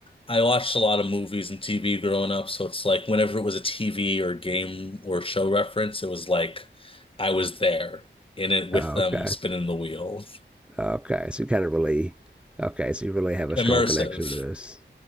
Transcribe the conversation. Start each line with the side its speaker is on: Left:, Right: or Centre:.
Left: I watched a lot of movies and TV growing up, so it's like whenever it was a TV or game or show reference, it was like I was there in it with
Centre: Oh,
Left: them
Centre: okay.
Left: spinning the wheel.
Centre: Okay. So you kind of really, okay. So you really have a
Left: Immersive,
Centre: strong connection to those